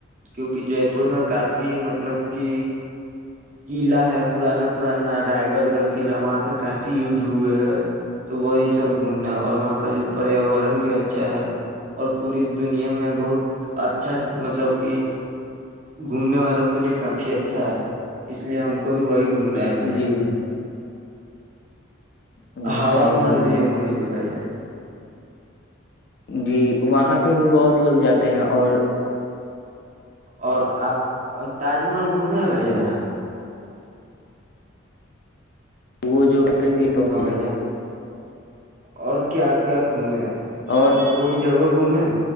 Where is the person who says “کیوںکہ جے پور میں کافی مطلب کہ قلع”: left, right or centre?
Right